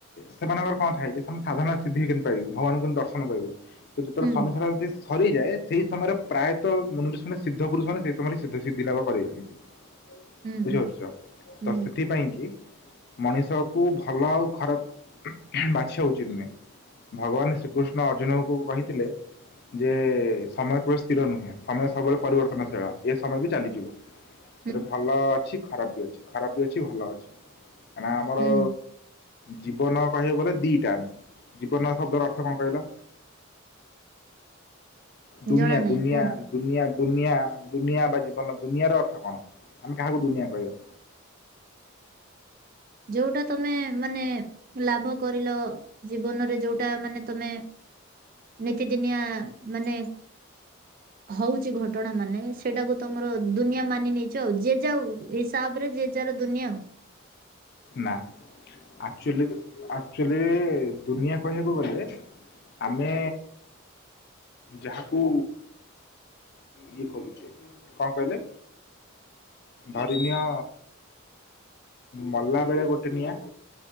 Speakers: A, on the left; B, on the right.
A: ସେମାନଙ୍କର କଣ ଥାଏ, ଯେ ସେ ସାଧନା ସିଦ୍ଧି କେମିତି ପାଇବୁ, ଭଗାନଙ୍କୁ କେମି ଦର୍ଶନ କରିବୁ ତ ଯେତେବେଳେ
B: ହୁଁ
A: <unintelligible> ସରିଯାଏ, ସେଇ ସମୟରେ ପ୍ରାୟତଃ ମନୁଷ୍ୟମାନେ ସିଦ୍ଧପୁରୁଷ ମାନ ସେସମୟରେ ସିଦ୍ଧସିଦ୍ଧି ଲାଭ କରେଇ ଦିଅନ୍ତି।
B: ହୁଁ
A: ବୁଝି
B: ହୁଁ
A: ପାରୁଚ
B: ହୁଁ
A: ତ ସେଠୀ ପାଇଁକି ମଣିଷକୁ ଭଲ ଆଉ ଖରାପ ବାଛିବା ଉଚିତ ନୁହେଁ। ଭଗବାନ ଶ୍ରୀକୃଷ୍ଣ ଅର୍ଜୁନଙ୍କୁ କହିଥିଲେ ଯେ ସମୟ କେବେ ସ୍ଥିର ନୁହେଁ, ସମୟ ସବୁବେଳେ ପରିବର୍ତ୍ତନଶୀଳ, ଏ ସମୟବି ଚାଲିଯିବ।
B: <inaudible>
A: ସେଠୁ ଭଲ ଅଛି ଖରାପ ବି ଅଛି, ଖରାପ ବି ଅଛି ଭଲ ଅଛି, କାଁନା ଆମର
B: ହୁଁ
A: ଜୀବନ କହିବାକୁ ଗଲେ ଦିଟା, ଜୀବନ ଶବ୍ଦର ଅର୍ଥ କଁ କହିଲ?
B: <inaudible> ହୁଁ
A: ଦୁନିଆ
B: ଜଣା ନାହିଁ
A: ଦୁନିଆ
B: କୁହନ୍ତୁ
A: ଦୁନିଆ ଦୁନିଆ ଦୁନିଆ ବା ଜୀବନ ଦୁନିଆର ଅର୍ଥ କଣ, ଆମେ କାହାକୁ ଦୁନିଆ କହିବା?
B: ଯୋଉଟା ତମେ ମାନେ ଲାଭ କରିଲ ଜୀବନରେ ଯୋଉଟା ମାନେ ତମେ ନିତିଦିନିଆ ମାନେ ହଉଛି ଘଟଣା ମାନେ ସେଇଟାକୁ ତମର ଦୁନିଆ ମାନି ନେଇଛ ଆଉ ଯେ ଯାଉ ଇସ୍ ସାବ ରେ ଜେଜାର ଦୁନିଆ ଆଉ।
A: ନା, ଆକଚୁଲି ଆକ୍ଚୁଲି ଦୁନିଆ କହିବାକୁ ଗଲେ ଆମେ ଯାହାକୁ ଇଏ କରୁଚେ, କଣ କହିଲେ, ଧରିନିଅ ମଲା ବେଳେ ଗୋଟେ ନିଆଁ,